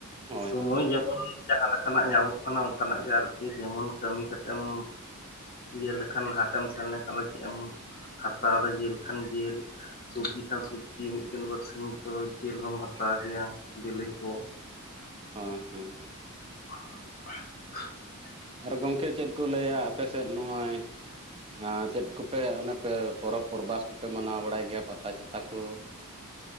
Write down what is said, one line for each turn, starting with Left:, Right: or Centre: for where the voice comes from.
Right: ᱦᱳᱭ
Left: ᱥᱚᱢᱚᱭ
Right: ᱦᱳᱭ
Left: ᱡᱮᱢᱚᱱ ᱡᱟᱦᱟᱸ ᱞᱮᱠᱟᱱᱟᱜ ᱧᱟᱢᱚᱜ ᱠᱟᱱᱟ ᱚᱱᱠᱟ ᱱᱟᱜ ᱜᱮ ᱟᱨᱠᱤ ᱡᱮᱢᱚᱱ ᱠᱟᱹᱢᱤ ᱠᱟᱛᱮ ᱮᱢ ᱤᱭᱟᱹ ᱞᱮᱠᱷᱟᱱ ᱦᱟᱴᱮᱢ ᱥᱮᱱ ᱞᱮᱱ ᱠᱷᱟᱱ ᱫᱚ ᱪᱮᱜ ᱮᱢ ᱦᱟᱛᱟᱣ ᱫᱟ ᱡᱤᱞ ᱠᱷᱟᱱ ᱡᱤᱞ ᱾ ᱥᱚᱵᱡᱤ ᱠᱷᱟᱱ ᱥᱚᱵᱡᱤ ᱢᱤᱫ ᱫᱤᱱ ᱵᱟᱹᱨ ᱥᱤᱧ ᱛᱚ ᱡᱤᱞ ᱦᱚᱢ ᱦᱟᱛᱟᱣ ᱜᱮᱭᱟ ᱵᱤᱞᱤ ᱠᱚ ᱾
Right: ᱦᱮᱸ ᱦᱮᱸ ᱾
Left: <unintelligible>
Right: ᱟᱨ ᱜᱚᱝᱠᱮ ᱪᱮᱫ ᱠᱚ ᱞᱟᱹᱭᱟ ᱟᱯᱮ ᱥᱮᱫ ᱱᱚᱜᱼᱚᱭ ᱟᱸ ᱪᱮᱫ ᱠᱚᱯᱮ ᱚᱱᱮ ᱯᱮ ᱯᱚᱨᱚᱵᱽ ᱯᱚᱨᱵᱟᱥ ᱠᱚᱯᱮ ᱢᱟᱱᱟᱣ ᱵᱟᱲᱟᱭ ᱜᱮᱭᱟ ᱯᱟᱛᱟ ᱪᱷᱟᱛᱟ ᱠᱳ?